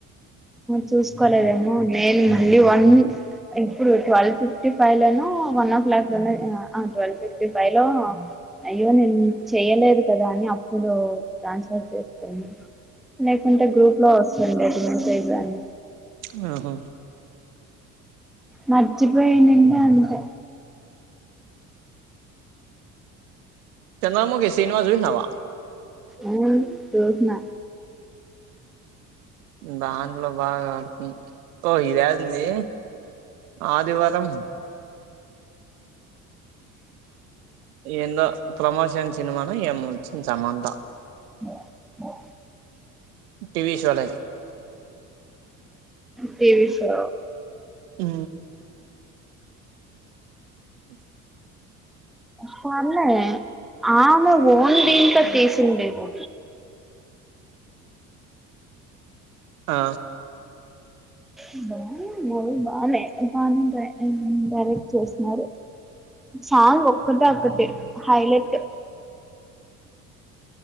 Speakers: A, in the centre; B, on the right (about 75°).
A: చూసుకోలేదేమో నేను మళ్ళీ వన్ ఇప్పుడు ట్వెల్త్ ఫిఫ్టీ ఫైవ్లోనూ వన్ ఓ క్లాక్లోనే ట్వెల్వ్ ఫిఫ్టీ ఫైవ్లో అయ్యో నేను చెయలేదు కదా అని అప్పుడు ట్రాన్స్ఫర్ చేసుకొని లేకుంటే గ్రూప్లో వస్తుండేది మెసెజ్ అని
B: ఆ ఓహో
A: మర్చిపోయానండి అంతే
B: చంద్రముఖి సినిమా చూసినావా
A: ఆ చూసిన్నా
B: దాంట్లో బాగా ఆడుతుంది ఓ ఇదేంది ఆదివారం ఏందో ప్రమోషన్ సినిమాన ఏమో వచ్చంది సమంత
A: ఓ ఓ
B: టీవీ షోల
A: టీవీ షో
B: ఉ ఓకే
A: పర్లే ఆమె ఓన్ దీంతో తీసిందేమో
B: ఆ
A: ఆ బా మూవీ బాగానే బాగానే డైరెక్ట్ చేస్తున్నారు సాంగ్ ఒక్కటే ఒక్కటి హైలైట్